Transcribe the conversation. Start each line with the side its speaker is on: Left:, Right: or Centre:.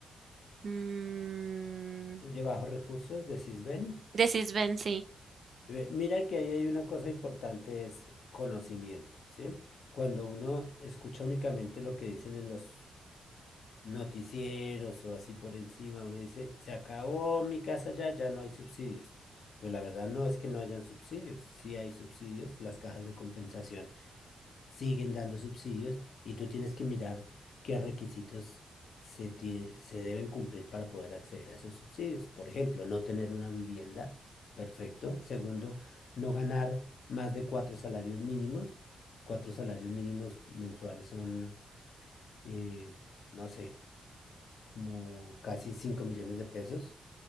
Right: Mm,
Left: De bajos recursos, decís, ven.
Right: de Sisbenzi.
Left: Ve, Mira que ahí hay una cosa importante, es conocimiento, ¿sí? Cuando uno escucha únicamente lo que dicen en los noticieros o así por encima, uno dice, se acabó mi casa ya, ya no hay subsidios. Pero la verdad no es que no hayan subsidios, sí hay subsidios, las cajas de compensación siguen dando subsidios y tú tienes que mirar qué requisitos se, tie- se deben cumplir para poder acceder a esos subsidios. Por ejemplo, no tener una vivienda, perfecto. Segundo, no ganar más de cuatro salarios mínimos. Cuatro salarios mínimos mensuales son, eh, no sé, como casi cinco millones de pesos.